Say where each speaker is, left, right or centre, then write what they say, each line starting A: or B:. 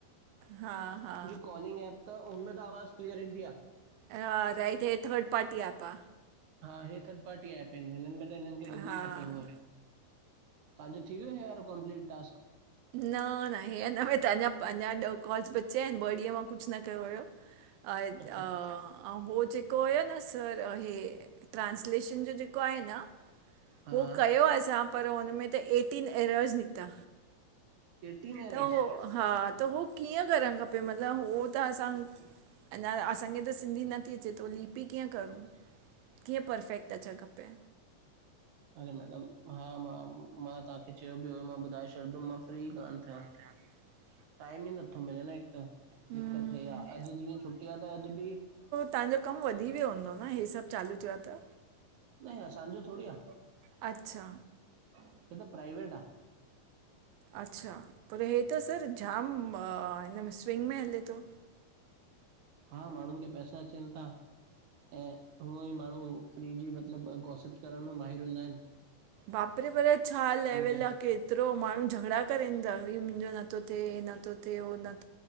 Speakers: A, on the right (about 85°); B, on the right (about 70°).
A: हा हा
B: कॉलिंग ऐप त हुनमें त आवाज़ क्लीअर ईंदी आ।
A: हा राइट हे थर्ड पार्टी एप आ।
B: हा हे थर्ड पार्टी एप एन हिनन में त हिनन खे वधीक
A: हा
B: खपे हूअं ई। तांॼो थी वयो हे वारो कम्पलीट टास्क?
A: न-न हेनमें त अञा पंजा ॾह कॉल्स बचया आयन ॿ ॾअ मां कुछ न कयो होयो। आये
B: अच्छा
A: त
B: अच्छा
A: आ अऊं हो जेको होयो न सर हे ट्रांस्लेशन ॼो ॼेको आये न।
B: हा
A: उयो कयो आ असां पर हुन में त एटीन एरर्स निकता।
B: एटीन एयर्स
A: त हो हा त हो कीअं करण? खपे मतलब हो त असां अञा असांखे त सिंधी नथी अचे त लिपि कीअं करु? कीअं परफेक्ट अचण खपे?
B: अरे मैडम हा मां-मां तांखे चयो ॿि हो मां ॿुधाए छॾंदुम मां फ्री कान थयां।
A: <inaudible>
B: टाइम ई नथो मिले न हिक त
A: हम्म,
B: दिक्क़त इय आ अॼ जीअं छुट्टी आ त अॼ बि
A: तांजो कम वधी वयो हूंदो न हे सॿ चालू थियो आ त?
B: न हे असांजो थोड़ी आ
A: अच्छा,
B: हे त प्राइवेट आ।
A: अच्छा पर हे त सर जाम हिन में स्विंग में हले तो।
B: हा माणून खे पैसा अचन ता। ऐं हूअई माणू फ्री ॼी मतलब ॿ गोॉसिप्स करण में माहिर हूंदा आयन।
A: बाप रे पर‌ ए छा लेवल
B: खे।
A: आ के एतरो माणू झगड़ा करेन ता कि मुंजो नथो थे इ न थो थे हो न।